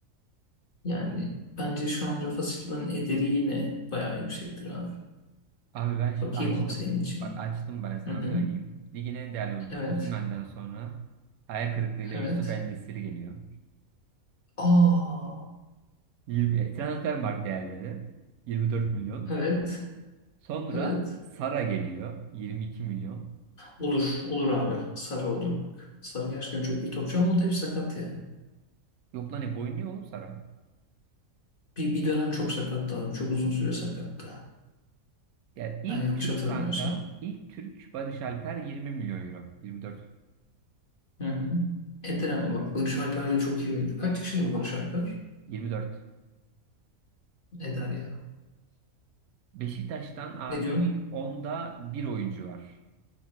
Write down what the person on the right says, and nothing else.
Abi ben şimdi
açtım.
Bak açtım ben sana
söyleyeyim. Ligin en değerli oyuncusu
Osimhen'den sonra hayal kırıklığıyla
Yusuf En-Nesyri geliyor.
20, Transfermarkt değerleri 24 milyon.
Sonra
Sara geliyor 22 milyon.
Yok lan hep oynuyor oğlum Sara.
Ya ilk
Türk
kanka, ilk Türk Barış Alper 20 milyon euro. 24.
24.
Beşiktaş'tan abi
ilk onda bir oyuncu var.